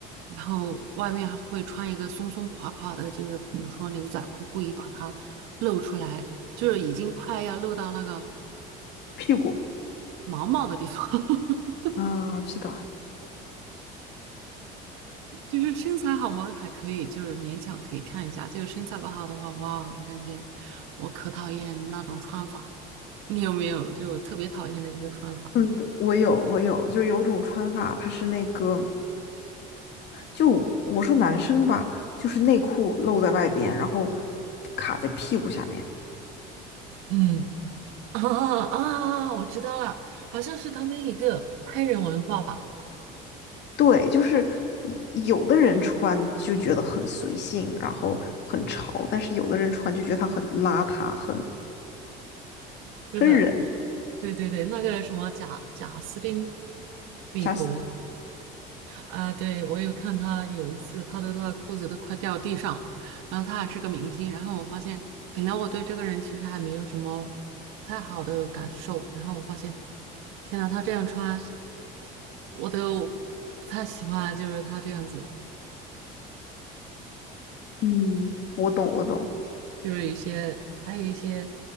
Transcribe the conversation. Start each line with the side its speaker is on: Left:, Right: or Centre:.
Right: 然后外面还会穿一个松松垮垮的，就是比如说牛仔裤，故意把它露出来，就是已经快要露到那个
Left: 屁股
Right: 毛毛的地方。<laughs>
Left: 啊，知道。
Right: 就是身材好吗？还可以，就是勉强可以看一下。就是身材不好的话，哇，我感觉我可讨厌那种穿法。你有没有就特别讨厌的一个穿法？
Left: 嗯，我有，我有，就是有种穿法，它是那个，就我说男生吧，就是内裤露在外边，然后卡在屁股下面。
Right: 嗯。<laughs> 啊啊！我知道了，好像是他们一个黑人文化吧？
Left: 对，就是有的人穿就觉得很随性，然后很潮，但是有的人穿就觉得他很邋遢，很
Right: 是的，
Left: 分人。
Right: 对对对，那个什么贾贾斯汀比伯
Left: Just，
Right: 啊，对我有看他有一次他的那个裤子都快掉地上了，然后他还是个明星，然后我发现本来我对这个人其实还没有什么不太好的感受，然后我发现天呐，他这样穿我都不太喜欢，就是他这样子，
Left: 嗯，我懂，我懂
Right: 就是一些，还有一些，